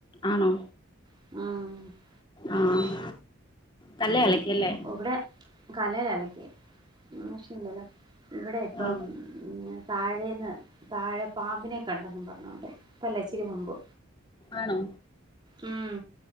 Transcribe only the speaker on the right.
ആഹ്
ഒഹ് ഇവിടെ കല്ലേലാ അലക്കിയെ മിഷ്യൻ ഇല്ലല്ലോ ഇവിടെ ഇപ്പം
താഴേന്ന് താഴെ പാമ്പിനെ കണ്ടെന്നും പർ ഞ്ഞോണ്ട് ഇപ്പല്ല ഇച്ചിരി മുമ്പ്
ഉം